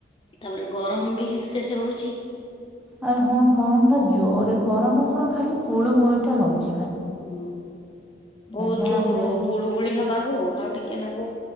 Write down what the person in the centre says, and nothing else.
ଆରେ ହଁ କଣ ବା ଜୋରେ ଗରମ କଣ ଖାଲି ଗୁଳୁ ଗୁଳୁ ଟା ହଉଛି।
ଯାହା ଯାହା